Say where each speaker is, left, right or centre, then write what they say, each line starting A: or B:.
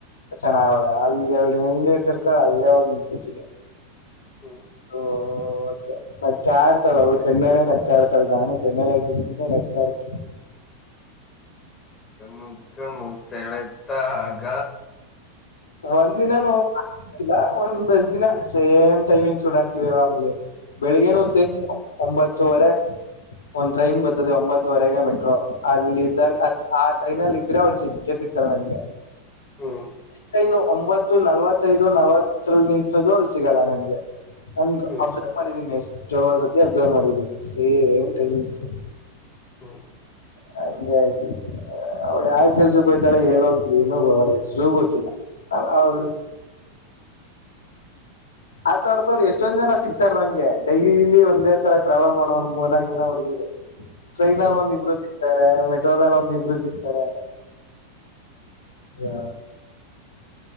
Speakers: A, on the left; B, on the left.
A: ಚನ್ನಗವಳೆ ಅಲ್ಲಿ ಎರಡು ಎನ್್ದರ್ತಾಳೆ ಅಲ್ಲೇ ಹೋಗಳಿ ನಿಂತಕತೀನಿ
B: ಹೂ
A: ಓ ೆ ನಗ್ತಾ ಇರ್ತಾಳ ಅವಳು ಕಣ್ಣೆಲೆ ನಗ್ತಾ ಇರ್ತಳ ನಾನು ಕಣ್ಣೆಲ್ಲ ಸುಮ್ಮ್ನೆ ನಗ್ತಾ ಇರ್ತಾ ಇರ್ನಿ
B: ಕಣ್ಣು ಕಣ್ಣು ಸೆಳೆ ತಾಗ
A: ಒಂದ್ ದಿನಿಲ್ಲ ಒಂದ್ ದಜ್ ದಿನ ಸೇಮ್ ಟೈಮಿಂಗ್ ಸೂಟ್ ಆಗ್ತಿರಲಿಲ್ಲ ಆಮೇಲೆ ಬೆಳಗ್ಗೆ
B: ಹ್ಮ್
A: ಸೇ ಒಂಬತ್ತುವರೆ ಒಂದ ಟ್ರೈನ್ ಬರ್ತದೆ ಒಂಬತ್ತುವರೆಗೆ ಮೆಟ್ರೋ ಅಲ್ಲಿಿದ್ದಾಗ
B: ಹ್ಮ್
A: ಆ ಟ್ರೈನ ಅಲ್ಲಿ ಇದ್ದೀರ ಒಂ ಸಿಕ್ಕೆ ಸಿಕ್ತಳೆ ನನ್ಗೆ
B: ಹ್ಮ
A: ಟ್ರೈನು ಒಂಬತ್ತು ನಲವತ್ತೈದು ನಲ್ವತ್ತರಲ್ಲಿ ನಿಂತ್ದು ಅ ಸಿಗಲ್ಲ ನನ್ಗೆ ನ
B: ಹ್ಮ್
A: ಅ <unintelligible> ಮಾಡಿದ್ದೀನಿ ಎಷ್ಟತಿ ಅಬ್ಸರ್ವ್ ಮಾಡಿದ್ದೀನಿ ಸೇಮ್ ಟೈಮಿಂಗ್ಸು
B: ಹ್ಮ
A: ಹಾಗಗೆ ಹಾಗೆ ಅವ್ಳ ಯಾವ ಕೆಲ್ಸಕ್ಕೆ ಯ್ತಾಳೆ ಹೇಳಏ ಅಂತ ಏನೋ ಬ ಅವಳ ಹೆಸರುೂ ಗೊತ್ತಿಲ್ಲ ಹ <unintelligible>
B: ಹ್ಮ್
A: ಅ್ವರ್ ತವ್ರು ಎಷ್ಟೊಂದ್ ಜನ ಸಿಕ್ತಾರ ನಂಗೆ ಡೈಲಿಲಿ ಒಂದೇ ತರ ಟ್ರಾವೆಲ್ ಮಾಡೋವ ಮೂರ್ನಾಕು ಜನ ಹುಡುಗಿರು ಟ್ರೈನ್ ನಲಿ
B: ಹ್ಮ್
A: ಒಂದ ಇಬ್ರ <unintelligible> ತ ಮೆಟ್ರೋದೆಲ್ಲ ಒಂದ ಇಬ್ಬರು ಸಿಗ್ತಾರೆ ಅ